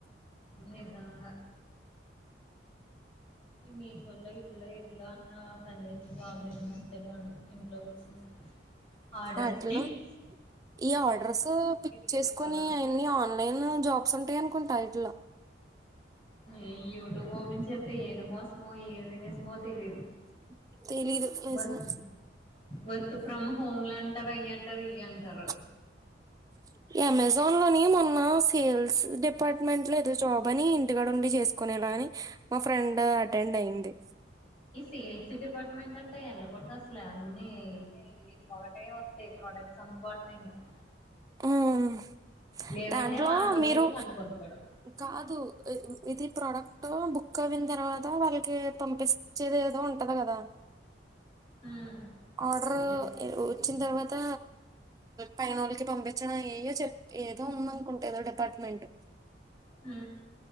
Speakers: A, on the left (about 30°); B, on the right (about 20°).
A: నిజంగ మీషోర్ లో ఇట్లో ఇట్ల అన్న పని చేసి బాగలేను మస్తే బాగున్నాది ఇంట్లో వచ్చి ఆడస్తే
B: ఆటిల్లో
A: <unintelligible>
B: ఈ ఆర్డర్స్ పిక్
A: చేసుకోవడం
B: చేసుకుని అన్ని ఆన్లైన్ జాబ్స్ ఉంటాయి అనుకుంట ఇట్లో
A: ఈ యూట్యూబ్ ఓపన్ <unintelligible> ఏది మోసమో ఏది నిజమో తెలిదు
B: <unintelligible> నిజమే
A: వర్క్ వర్క్ ఫ్రమ్ హోమ్ అంటారు అయ అంటారు ఇయ అంటారు
B: <unintelligible> అమెజాన్ లోని మొన్న సేల్స్ డిపార్ట్మెంట్ లో ఏదో జాబ్ అని ఇంటికడ ఉండి చేస్ <unintelligible> మా ఫ్రెండ్ అటెండ్ అయింది
A: ఈ సేల్స్ డిపార్ట్మెంట్ అంటే వెళ్ళకూడదు అసల అన్నీ <unintelligible> అవే వత్తయ్ ప్రోడక్ట్స్ అమ్ముకోవడమే ఇంకా
B: ఉమ్.
A: లేదంటే
B: దాంట్లో
A: ఆ డొబ్లెట్
B: మీరు
A: మనం కొనుక్కోడం
B: కాదు ఇది ప్రోడక్ట్ బుక్ అయిన తర్వాత వాళ్ళకి పంపిస్ వచ్చేదే ఏదో ఉంటది కదా
A: ఉమ్
B: ఆర్డర్
A: డిస్పాచ్ చేసేది
B: వచ్చిన తర్వ త పైనో <unintelligible> పంపించడం ఏయో చె ఏదో ఉంద అనుకుంట ఏదో డిపార్ట్మెంట్
A: హు